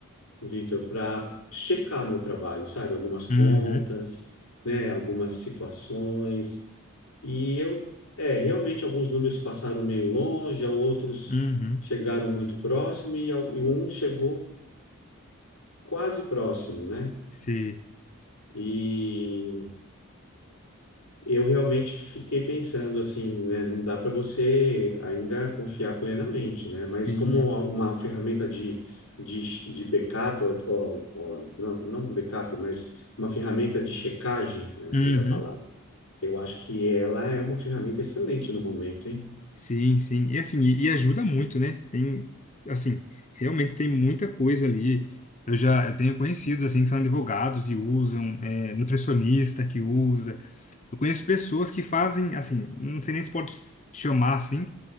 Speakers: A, on the left; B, on the left.
A: Vitor, para checar meu trabalho, sabe? Algumas contas,
B: Uhum,
A: né? Algumas situações. E eu, é, realmente alguns números passaram meio longe, outros
B: uhum.
A: chegaram muito próximo e, al- e um chegou quase próximo, né?
B: Sim,
A: E eu realmente fiquei pensando assim, né? Não dá para você ainda confiar plenamente, né? Mas
B: sim.
A: como uma ferramenta de, de, de backup, ou, ou- ou- não, não um backup, mas uma ferramenta de checagem, né?
B: Uhum.
A: Melhor palavra. Eu acho que ela é uma ferramenta excelente no momento, hein?
B: Sim, sim. E assim, e, e ajuda muito, né? Tem, assim, realmente tem muita coisa ali. Eu já, eu tenho conhecidos, assim, que são advogados e usam, é, nutricionista que usa. Eu conheço pessoas que fazem, assim, não sei nem se pode chamar assim,